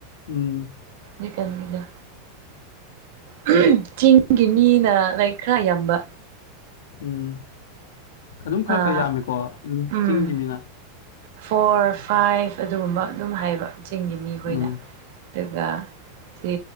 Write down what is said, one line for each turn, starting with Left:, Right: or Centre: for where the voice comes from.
Left: ꯎꯝ
Right: ꯖꯤꯛꯀꯥꯟꯒꯤꯗꯣ ꯎꯝ ꯆꯤꯡꯒꯤ ꯃꯤꯅ ꯂꯥꯏꯛ ꯈꯔ ꯌꯥꯝꯕ
Left: ꯎꯝ ꯑꯗꯨꯝ ꯈꯔ
Right: ꯑꯥ
Left: ꯈꯔ ꯌꯥꯝꯃꯤꯀꯣ ꯑꯗꯨꯝ
Right: ꯎꯝ
Left: ꯆꯤꯡꯒꯤ ꯃꯤꯅ
Right: ꯐꯣꯔ ꯐꯥꯏꯚ ꯑꯗꯨꯒꯨꯝꯕ ꯑꯗꯨꯝ ꯍꯥꯏꯕ ꯆꯤꯡꯒꯤ ꯃꯤꯈꯣꯏꯅ
Left: ꯎꯝ
Right: ꯑꯗꯨꯒꯥ ꯁꯤ